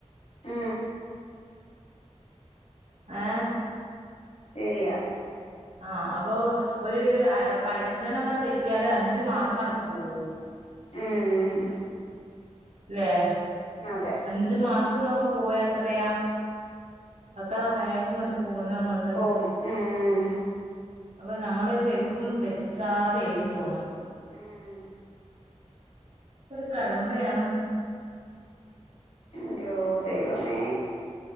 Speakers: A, on the left; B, on the right.
A: ആ
B: ആ
A: ശരിയാ
B: ആഹ് അപ്പൊ ഒരു അ എ പയിനഞ്ചെണ്ണക്കൊഅട് തെറ്റിയാല് അഞ്ച് മാർക്കാണ്ട് പോവും
A: ഉം
B: ലേ
A: അതെ
B: അഞ്ച് മാർക്ക് ന്നൊകെ പോയത്രയാ അക്ക റാങ്ക്ങ്ങട്ട് പോന്ന മ്മൾത്
A: പോകും ഉം
B: അപ്പൊ നമ്മള് ശരിക്കും തെറ്റിച്ചാതെ എഴുതി പോണം
A: ഉം
B: ക്കൊരു കടമ്പയാണ്
A: ന്റയോ ദൈവമേ